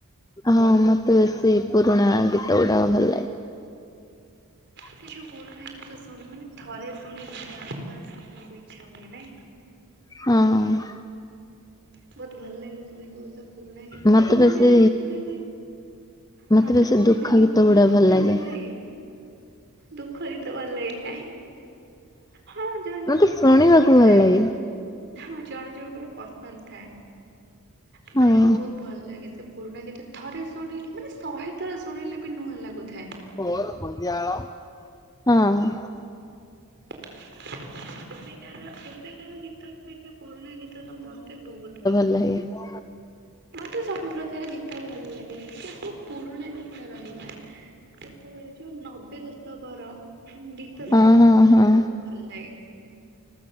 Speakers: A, on the left; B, on the right.
A: ହଁ ମତେ ସେ ପୁରୁଣା ଗୀତଗୁଡାକ ଭଲ ଲା <inaudible>
B: ସେ ଯୋଉ ପୁରୁଣା ଗୀତ ଶୁଣିବୁ ମାନେ ଥରେ ଶୁଣିଲେ ବାରମ୍ବାର ଶୁଣିବାକୁ ଇଚ୍ଛା ହୁଏ ନାଇଁ।
A: ହଁ।
B: ବୋହୁତ ଭଲ ଲାଗେ ଶୁଣିବାକୁ ସେ ପୁରୁଣା ଗୀତ
A: ମତେ
B: ସେ ପୁରୁଣା
A: ବେଶୀ
B: ଗୀତ ଶୁଣିବା ପାଇଁ
A: ମତେ
B: ହଁ ସେ
A: ବେଶୀ
B: ପୁରୁଣା
A: ଦୁଃଖ
B: ଗୀତ ଶୁଣିକି
A: ଗୁଡା ଭଲ
B: ଏତେ
A: ଲାଗେ।
B: ଭଲଲାଗେ ଦୁ ଖ ଗୀତ ଭଲ ଲାଗେ କାଇଁ ହଁ ଜଣ
A: ମତେ
B: ଜଣଙ୍କର
A: ଶୁଣିବାକୁ
B: ପସନ୍ଦ
A: ଭଲ
B: ଥାଏ।
A: ଲାଗେ
B: ହଁ ଜଣ ଜଣଙ୍କର ପସନ୍ଦ ଥାଏ।
A: ହଁ।
B: ମାନେ କିନ୍ତୁ ବୋହୁତ ଭଲ ଲାଗେ ସେ ପୁରୁଣା ଗୀତ ଥରେ ଶୁଣିଲି ମାନେ ଶହେ ଥର ଶୁଣିଲେ ବି ନୂଆ ଲାଗୁଥାଏ।
A: ମୋର ସନ୍ଧ୍ୟାଳ ହଁ।
B: <inaudible> ଏବେକାର ଏବେକାର ଗୀତ ଅପେକ୍ଷା ପୁରୁଣା ଗୀତ ତ ମତେ ବୋହୁତ ପସ
A: ଲା <unintelligible>
B: ମତେ ସବୁ ପ୍ରକାର ଗୀତ ଭଲ ଲାଗେ ସବୁ ପୁରୁଣା ଗୀତ ରହିଲା ସେ ତେବେଳେ ଯୋଉ ନବେ ଦଶକର ହୁଁ ଗୀତ
A: ହଁ
B: ସବୁ
A: ହଁ
B: ମତେ
A: ହଁ
B: ବହୁତ ଭଲ ଲାଗେ